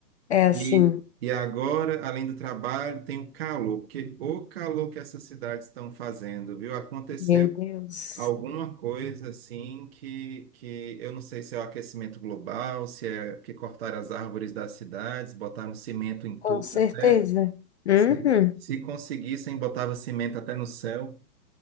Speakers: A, on the left (about 45°); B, on the right (about 35°).
A: é assim,
B: E, e agora, além do trabalho, tem o calor, porque o calor que essas cidades estão fazendo, viu? Aconteceu
A: meu Deus,
B: alguma coisa assim que, que eu não sei se é o aquecimento global, se é que cortaram as árvores das cidades, botaram cimento em
A: com
B: tudo,
A: certeza.
B: até
A: Uhum.
B: se, se conseguissem, botava cimento até no céu.